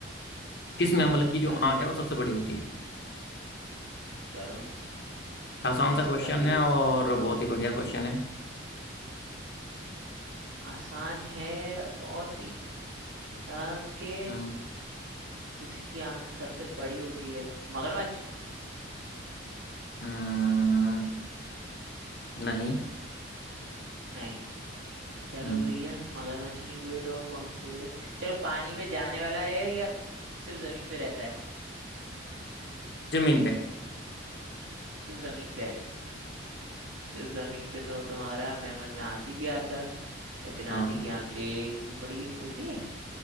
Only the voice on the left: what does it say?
किस मैमल की जो
आंख है वो सबसे बड़ी होती है
आसान सा
क्वेश्चन
है और बहुत ही बढ़िया क्वेश्चन है
हम्म
हम्म, नहीं
हम्म
जमीन पे
हाँ